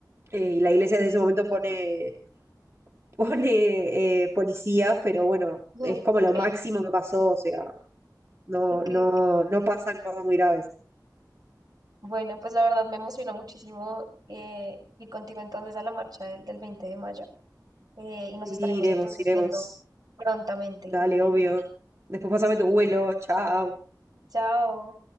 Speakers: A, on the right (about 40°); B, on the right (about 65°).
A: eh, y la iglesia desde ese momento pone pone eh, policías, pero bueno,
B: Ujú,
A: es como
B: ok,
A: lo máximo que pasó, o sea, no,
B: ok,
A: no,
B: ok.
A: no pasan cosas muy graves.
B: Bueno, pues la verdad me emocionó muchísimo eh, ir contigo entonces a la marcha del, del 20 de mayo eh, y nos
A: Sí,
B: estaremos
A: iremos,
B: entonces
A: iremos.
B: viendo prontamente.
A: Dale, obvio. Después pasame tu vuelo, chao.
B: Chao.